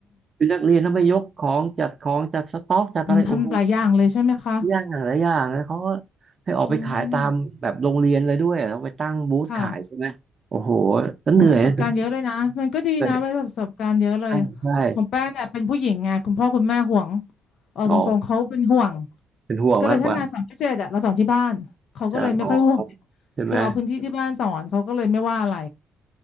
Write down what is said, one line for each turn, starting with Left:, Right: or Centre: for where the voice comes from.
Right: เป็นนักเรียนต้องไปยกของจัดของจัดสต็อกจัดอะไรโอ้โห
Left: อืมทำหลายอย่างเลยใช่ไหมคะ
Right: ยากหลายอย่างแล้วเขาก็ให้ออกไปขายตามแบบโรงเรียนเลยด้วยเราไปตั้งบูธขายใช่ไหมโอ้โห
Left: อืมค่ะ
Right: ก็เหนื่อยก็
Left: โอ้ยประสบการณ์เยอะเลยนะมันก็ดีนะว่าประสบการณ์เยอะเลย
Right: เหนื่อยใช่ใช่
Left: ของแป้งเนี่ยเป็นผู้หญิงไงคุณพ่อคุณแม่ห่วงเอาตรงๆเขาเป็นห่วง
Right: อ๋อเป็นห่วงมากกว่า
Left: ก็เลยถ้างานสอนพิเศษอะเราสอนที่บ้านเขาก็เลยไม่ค่อยห่วง
Right: ใช่อ๋อใช่ไหม
Left: คือเอาพื้นที่ที่บ้านสอนเขาก็เลยไม่ว่าอะไร